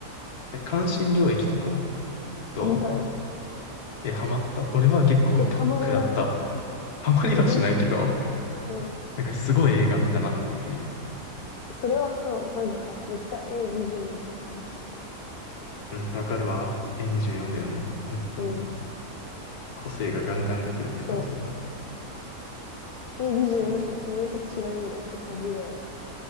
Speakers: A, on the left; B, on the left.
A: え、関心領域とかはどうだったんだっけ
B: あ、見たよ。
A: え、ハマった。俺は結構、
B: え、ハマらない。
A: 結構食らった。ハマりはしないけど、
B: え、全然、うん。
A: なんかすごい映画見たなっていう。
B: それはそう、なんか、めっちゃ A24 って感じ。
A: うん、わかるわ。A24 だよね。本当に。
B: うん、
A: 個性がガンガン出てるって感じだった
B: そう。A24
A: かな。
B: しかそういうことしないよねって感じだよね。